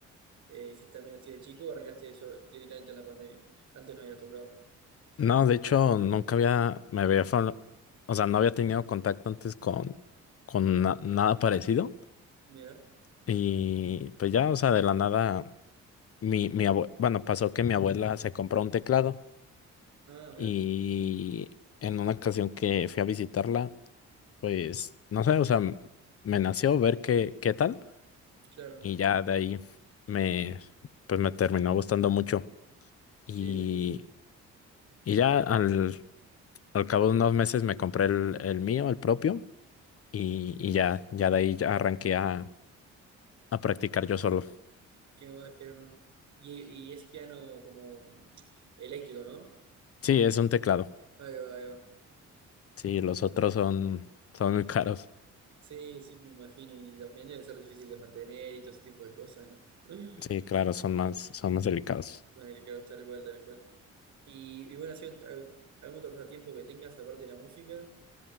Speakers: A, on the right; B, on the left.
A: Eh, ¿hiciste también así de chico o arrancaste solo- directamente en la pandemia? Antes no había tocado.
B: No, de hecho, nunca había, me había, fa- o sea, no había tenido contacto antes con, con na- nada parecido.
A: Mira.
B: Y pues ya, o sea, de la nada, mi, mi abue- bueno, pasó que mi abuela se compró un teclado.
A: Ah, mira,
B: Y en una ocasión que fui a visitarla, pues no sé, o sea, m- me nació ver qué, qué tal
A: claro.
B: y ya de ahí me, pues me terminó gustando mucho. Y,
A: Sí, sí, sí, sí.
B: y ya al, al cabo de unos meses me compré el, el mío, el propio, y, y ya, ya de ahí ya arranqué a, a practicar yo solo.
A: ¿Qué más, qué más? Y, y es piano como mm, eléctrico, ¿no?
B: Sí, es un teclado.
A: Ahí va, ahí va.
B: Sí, los otros son, son muy caros.
A: Sí, sí, me imagino. Y también debe ser difícil de mantener y todo ese tipo de cosas, ¿no? <laughs>
B: Sí, claro, son más, son más delicados.
A: Madre, claro, tal cual, tal cual. Y, y bueno, así, al- ¿algún otro pasatiempo que tengas aparte de la música?